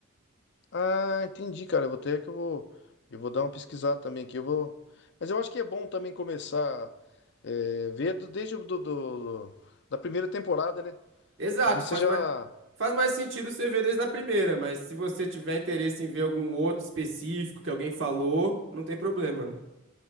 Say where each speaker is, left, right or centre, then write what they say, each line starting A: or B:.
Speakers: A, on the left; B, on the right.
A: Ah, entendi, cara. Eu vou ter que eu vou, eu vou dar uma pesquisada também aqui. Eu vou, mas eu acho que é bom também começar é, ver do- desde o do, do- da primeira temporada, né?
B: Exato,
A: Porque daí você
B: faz
A: já,
B: mais, faz mais sentido você ver desde a primeira, mas se você tiver interesse em ver algum outro específico que alguém falou, não tem problema, né?